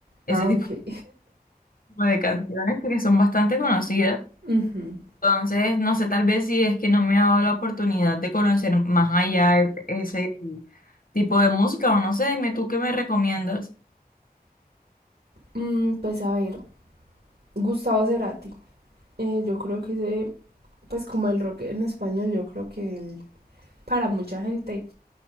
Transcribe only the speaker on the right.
Ah,
ok.
<laughs> Ujú.
Mm, pues a ver, Gustavo Cerati. Eh, yo creo que ese, pues como el rock en español, yo creo que él, para mucha gente